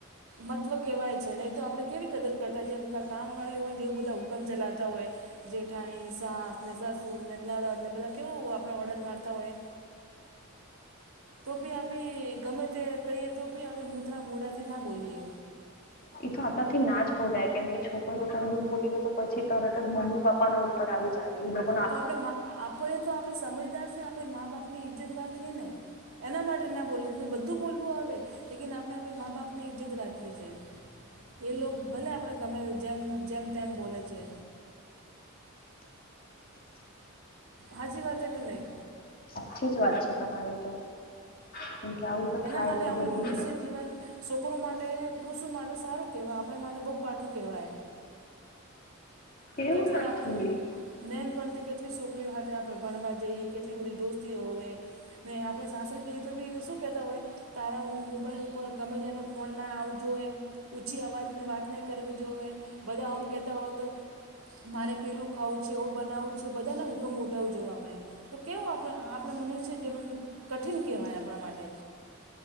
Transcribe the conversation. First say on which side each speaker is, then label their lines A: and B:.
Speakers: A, on the right (about 80°); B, on the left (about 45°).
A: મહત્ત્વ કહેવાય છે નહીં તો આપણે કેવી કદર કરતા જેમ કામવાળી હોય ને જેવું બધા હુકમ ચલાવતા હોય. જેઠાણી, સાસ ને સસુર ને નળદ ને બધા કેવું આપ ઓર્ડર મારતા હોય. તો બી આપે ગમે તે કહીએ તો આપણે મુથા મોડાથી ના બોલીએ.
B: એ તો આપડા થી ના જ બોલાય કેમ કે છોકરી કઈ બી બોલી દે તો પછી તરત જ મમ્મી પપા પપ્પાના ઉપર આવી જાય એ બધું.
A: તો આપણે આપણે તો આપે સમજદાર છે આપણે મા બાપ ની ઈજ્જત રાખીએ ને. એના માટે ના બોલી બધું બોલવું આવે લેકીન આપણે આપણે મા બાપની ઈજ્જત રાખીએ છીએ. એ લોકો ભલે આપણે ગમે જેમ જેમ તેમ બોલે છે. હાજી વાત કે નહીં.
B: સાચી જ વાત છે તમારી તો. કેમ કે આવું તો
A: એના
B: થાય
A: માટે
B: તો
A: આપણે
B: બધી
A: મનુષ્ય
B: જગ્યાએ
A: જીવન છોકરો માટે તે પુરુષો માટે સારું કહેવાય આપણે માટે બહુ કાઠું કહેવાય.
B: એવું
A: કેટલી
B: નથી
A: આપણે નૈનપણથી કેટલી છોકરીઓ હાથે આપણે ભણવા જઈએ કેટલી બધી દોસ્તીઓ હોવે. ને આપણે સાસરે જઈએ તો બી શું કેતા હોય. તારા હું મોબાઈલ ઉપર ગમે તે એનો ફોન ના આવું જોઈએ. ઊંછી અવાજને વાત નહીં કરવી જોવે બધા આમ કહેતા હો તો. મારે પેલું ખાવું છે એ બનાવું છે બધાના હુકમ ઉઠાવું જોવે આપણે. તો કેવો આપણે આપણે મનુષ્ય જીવન કઠિન કહેવાય આપણા માટે.